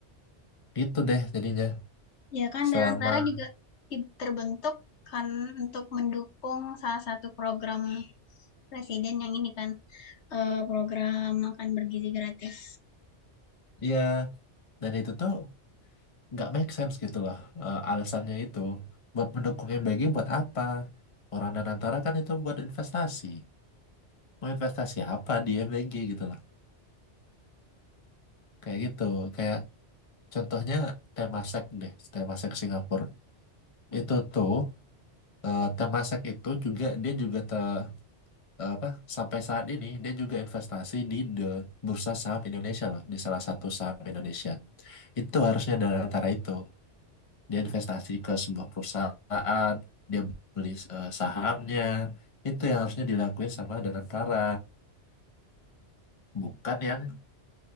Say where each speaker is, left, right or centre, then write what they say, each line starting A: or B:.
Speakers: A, on the left; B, on the left.
A: gitu deh jadinya
B: Ya kan
A: selama
B: Danantara juga terbentuk kan untuk mendukung salah satu program presiden yang ini kan, eee, program makan bergizi gratis.
A: ya dan itu tuh nggak make sense gitu lah eh, alasannya itu buat mendukung MBG buat apa orang Danantara kan itu buat investasi mau investasi apa di MBG gitu lah kayak gitu kayak contohnya Temasek deh Temasek Singapura itu tuh eh, Temasek itu juga dia juga te, eh, apa sampai saat ini dia juga investasi di the bursa saham Indonesia loh di salah satu saham Indonesia itu harusnya dari antara itu dia investasi ke sebuah perusahaan dia beli eh, sahamnya itu yang harusnya dilakuin sama Danantara bukan yang